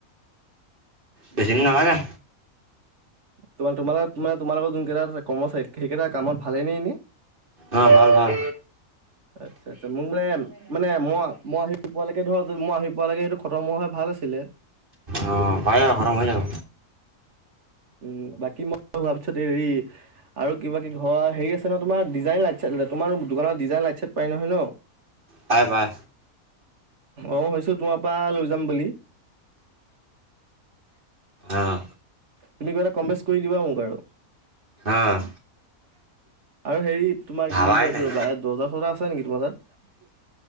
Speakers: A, on the right; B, on the right.
A: বেছি দিন নালাগে।
B: তোমা তোমালগত তোমাক তোমালোকৰ যোন কেইটা কৰ্মচাৰী সেইকেইটা কামত ভালে নে এনেই
A: অ ভাল ভাল
B: আচ্ছা আচ্ছা মোক মানে মানে মই মই আহি পোৱালৈকে ধৰক মই আহি পোৱালৈকে সেইটো খতম হোৱা হয় ভাল আছিল। ছিলে
A: অ পাই যাবা খতম হৈ যাব।
B: উ বাকী মই হোৱা পিছত হেৰি আৰু কিবা কি ঘৰৰ হেৰি আছে ন তোমাৰ ডিজাইন আছ তোমাৰ দোকানত ডিজাইন লটছেট পাই নহয় ন।
A: পাৰে পাৰে
B: অ হৈছো তোমাৰ পৰা লৈ যাম বুলি
A: অহ
B: তুমি কিবা এটা কম বেছ কৰি দিবা মোক আৰু।
A: অহ
B: <inaudible> আৰু হেৰি তোমাৰ
A: ভাবাই
B: কি বুলি কয় এইটো
A: নাই
B: ৰবা এই দৰ্জা চৰ্জা আছে নেকি তোমাৰ তাত।